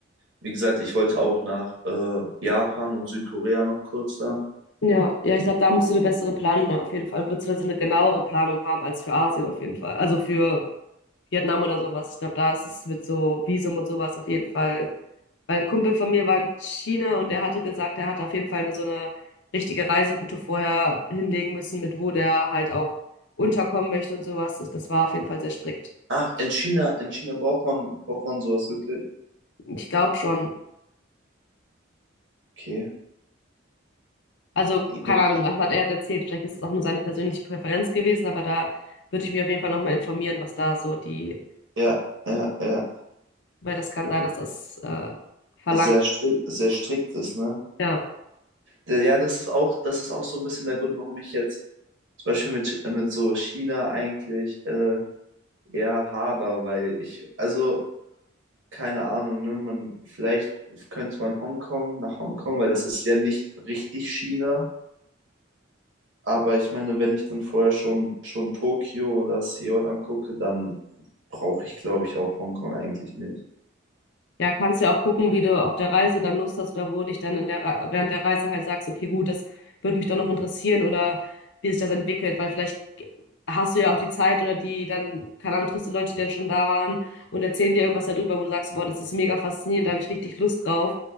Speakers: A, on the right; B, on the left.
A: wie gesagt, ich wollte auch nach äh, Japan und Südkorea noch kurz dann.
B: Ja, ja, ich glaube, da musst du eine bessere Planung ne, auf jeden Fall, beziehungsweise eine genauere Planung haben als für Asien auf jeden Fall. Also für Vietnam oder sowas. Ich glaube, da ist es mit so Visum und sowas auf jeden Fall Weil Ein Kumpel von mir war in China und der hatte gesagt, er hat auf jeden Fall eine, so eine richtige Reiseroute vorher hinlegen müssen, mit wo der halt auch unterkommen möchte und sowas. Ich- Das war auf jeden Fall sehr strikt.
A: Ach, in China, in China braucht man, braucht man sowas wirklich?
B: Ich glaube schon.
A: Okay.
B: Also,
A: Ja,
B: keine Ahnung, was hat er erzählt? Vielleicht ist es auch nur seine persönliche Präferenz gewesen, aber da würde ich mir auf jeden Fall nochmal informieren, was da so die,
A: ja, ja. ja.
B: weil das kann sein, dass das äh, verlangt.
A: Sehr strikt, sehr strikt ist, ne?
B: Ja.
A: Ja, das ist auch, das ist auch so ein bisschen der Grund, warum ich jetzt zum Beispiel mit, äh, mit so China eigentlich äh, eher hader, weil ich, also keine Ahnung, ne, man, vielleicht könnte man Hongkong nach Hongkong, weil das ist ja nicht richtig China, aber ich meine, wenn ich dann vorher schon, schon Tokio oder Seoul angucke, dann brauche ich, glaube ich, auch Hongkong eigentlich nicht.
B: Ja, kannst ja auch gucken, wie du auf der Reise dann Lust hast oder wo dich dann in der, Re- während der Reise halt sagst, okay, gut, das würde mich doch noch interessieren oder wie sich das entwickelt, weil vielleicht g- hast du ja auch die Zeit oder die dann, keine Ahnung, triffst du Leute, die dann schon da waren und erzählen dir irgendwas darüber, wo du sagst, boah, das ist mega faszinierend, da habe ich richtig Lust drauf.